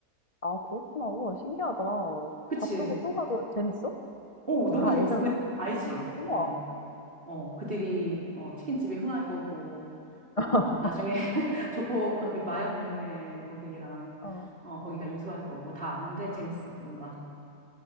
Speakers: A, on the left; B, on the right.
A: 아 그렇구나. 우와 신기하다.
B: 그치?
A: 봤던 거 또 봐도 재밌어?
B: 어, 너무
A: 다
B: 재밌어.
A: 알잖아.
B: 그, 알지?
A: 우와.
B: 어, 어, 그들이,
A: 음.
B: 어, 치킨집이 흥할 거고,
A: <laughs>
B: 어, 나중에 <laughs> 조폭, 아, 그 마약 밀매 거기랑,
A: 어.
B: 어, 거기가 인수할 거고 다 아는데 재밌어, 뭔가.